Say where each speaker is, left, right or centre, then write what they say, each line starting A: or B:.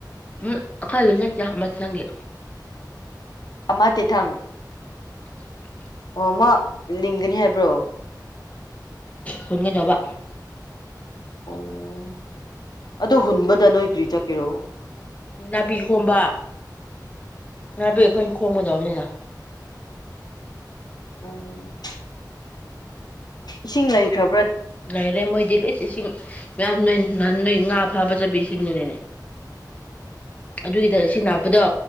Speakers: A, on the left (about 20°); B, on the left (about 65°).
A: ꯎꯝ ꯑꯩꯈꯣꯏ ꯑꯗꯨꯪ ꯀ ꯑꯃ ꯆꯪꯒꯦ
B: ꯑꯃ ꯇꯤꯊꯪ
A: <unintelligible>
B: ꯑꯣꯃ ꯂꯤꯡꯒꯅꯤ ꯍꯥꯏꯕ꯭ꯔꯣ
A: ꯍꯗꯕ
B: ꯑꯣ ꯑꯗꯣ ꯍꯨꯟꯕꯗ ꯅꯣꯏ ꯀ꯭ꯔꯤ ꯆꯠꯀꯦꯔꯣ
A: ꯅꯥꯄꯤ ꯈꯣꯝꯕ ꯅꯥꯄꯤ ꯑꯩꯈꯣꯏꯅ ꯈꯣꯝꯒꯗꯕꯅꯤꯅ
B: ꯎꯝ ꯏꯁꯤꯡ ꯂꯩꯈ꯭ꯔ꯫
A: ꯂꯩꯔꯦ ꯃꯣꯏꯗꯤ ꯂꯤꯁ ꯏꯁꯤꯡ꯫ ꯃꯌꯝ ꯅꯣꯢ ꯅꯣꯏ ꯉꯥ ꯐꯥꯕ ꯆꯠꯄꯥ ꯏꯁꯤꯡꯗꯨꯅꯤꯅꯦ ꯑꯗꯨꯒꯤꯗ ꯏꯁꯤꯡ ꯂꯥꯛꯄꯗꯣ꯫